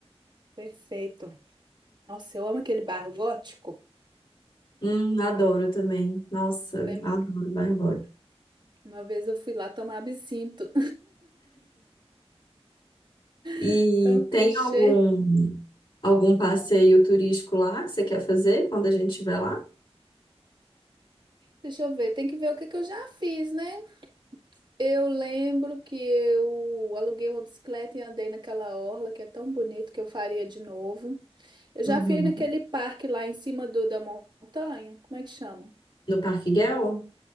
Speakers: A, on the right; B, on the left.
A: Perfeito. Nossa, eu amo aquele bar gótico.
B: Hum, adoro também. Nossa,
A: Eu lembro
B: adoro
A: que
B: bairro
A: uma, uma vez eu fui lá tomar absinto.
B: E
A: <laughs> Tão clichê.
B: tem algum algum passeio turístico lá que você quer fazer quando a gente estiver lá?
A: Deixa eu ver, tem que ver o que que eu já fiz, né? Eu lembro que eu aluguei uma bicicleta e andei naquela orla que é tão bonito que eu faria de novo. Eu
B: Uhum.
A: já fui naquele parque lá em cima do, da montanha. Como é que chama?
B: No Parque Gel?